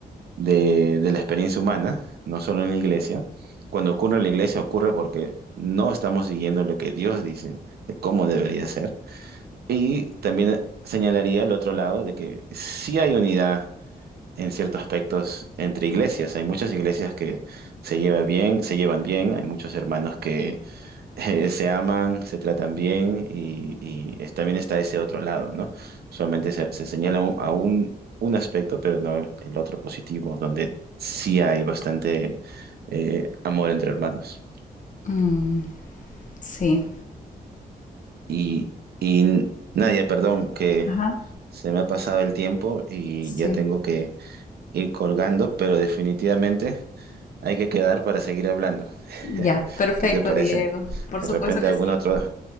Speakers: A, on the right; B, on the left.
A: de- de la experiencia humana, no solo en la iglesia. Cuando ocurre en la iglesia ocurre porque no estamos siguiendo lo que Dios dice de cómo debería ser. Y también señalaría el otro lado de que sí hay unidad en ciertos aspectos entre iglesias. Hay muchas iglesias que se lleva bien, se llevan bien, hay muchos hermanos que <laughs> eh, se aman, se tratan bien y, y es- también está ese otro lado, ¿no? Solamente se, se señala un- a un, un aspecto, pero no el otro positivo, donde sí hay bastante eh, amor entre hermanos.
B: Mm, sí,
A: Y, y Nadia, perdón, que
B: Ajá.
A: se me ha pasado el tiempo y
B: sí.
A: ya tengo que ir colgando, pero definitivamente Hay que quedar para seguir hablando. <laughs>
B: Ya, perfecto,
A: ¿Qué te parece?
B: Diego. Por
A: De
B: supuesto
A: repente
B: que
A: algún
B: sí.
A: otro,